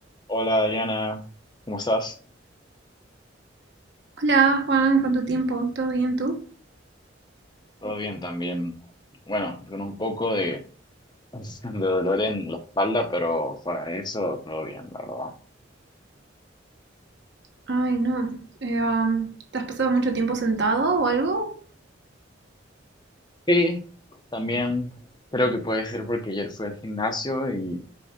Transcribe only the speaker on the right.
Hola Juan, ¿cuánto tiempo? ¿Todo bien tú?
Ay, no. Eh, am, ¿te has pasado mucho tiempo sentado o algo?